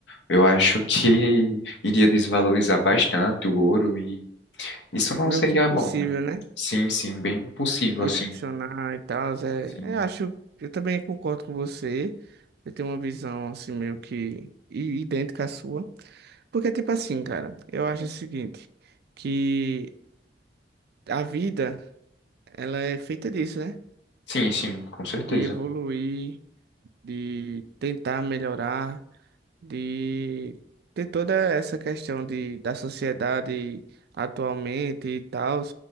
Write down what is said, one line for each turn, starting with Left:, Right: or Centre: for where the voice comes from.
Left: Eu acho que <laughs> iria desvalorizar bastante o ouro e isso não
Right: meio
Left: seria
Right: que impossível,
Left: bom, né?
Right: né?
Left: Sim, sim, bem possível,
Right: De
Left: assim.
Right: funcionar e tal. É,
Left: Sim,
Right: eu acho, eu também concordo com você. Eu tenho uma visão assim meio que i- idêntica à sua. Porque, tipo assim, cara, eu acho o seguinte, que a vida, ela é feita disso, né?
Left: sim, sim, com certeza.
Right: De evoluir, de tentar melhorar, de ter toda essa questão de, da sociedade atualmente e tal.